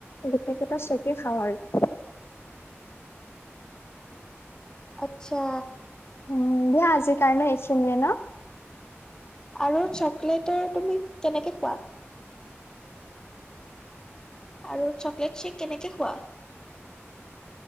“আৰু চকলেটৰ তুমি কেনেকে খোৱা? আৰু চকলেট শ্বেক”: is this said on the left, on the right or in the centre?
Left